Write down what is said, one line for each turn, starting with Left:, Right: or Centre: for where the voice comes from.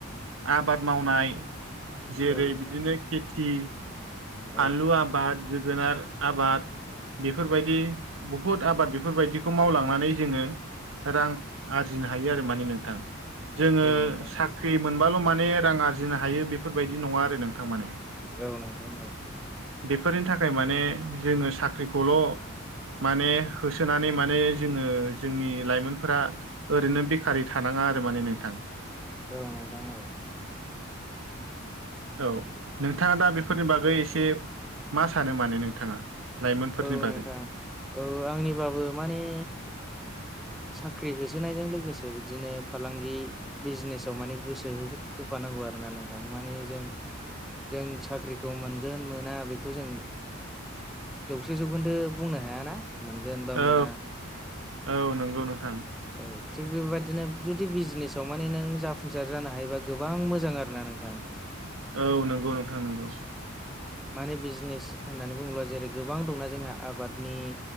Right: आबाद मावनाय
Centre: नोंथां
Right: जेरै
Centre: औ नोंथां
Right: बिदिनो केटि
Centre: औ
Right: फानलु आबाद जोगोनार आबाद बेफोरबायदि बुहुद आबाद बेफोरबायदिखौ मावलांनानै जोङो रां आरजिनो हायो आरो माने नोंथां। जोङो
Centre: नोंथां
Right: साख्रि
Centre: औ नोंथां औ
Right: मोनबाल' माने रां आरजिनो हायो बेफोरबायदि नङा आरो नोंथां माने।
Centre: औ नोंथां औ
Right: बेफोरनि थाखाय माने जोङो साख्रिखौल' माने होसोनानै माने जोङो जोंनि लाइमोनफोरा ओरैनो बेकारै थानाङा आरो माने नोंथां।
Centre: औ नोंथां औ
Right: औ नोंथाङा दा बेफोरनि बागै एसे मा सानो माने नोंथाङा? लाइमोनफोरनि
Centre: औ
Right: बागै
Centre: नोंथां औ आंनिबाबो माने साख्रि होसोनायजों लोगोसे बिदिनो फालांगि बिजनेसाव माने गोसो हो-होफानांगौ आरो ना नोंथां माने जों जों साख्रिखौ मोनगोन मोना बेखौ जों जौसे जौखोन्दो बुंनो हायाना मोनगोन बा
Right: औ
Centre: मोना
Right: औ नंगौ नोंथां।
Centre: औ थिग बेबायदिनो जुदि बिजनेसाव माने नों जाफुंसार जानो हायोबा गोबां मोजां आरो ना नोंथां। <inaudible>
Right: औ नोंगौ नोंथां नोंगौ।
Centre: माने बिजनेस होननानै बुङोब्ला जेरै गोबां दंना जोंहा आबादनि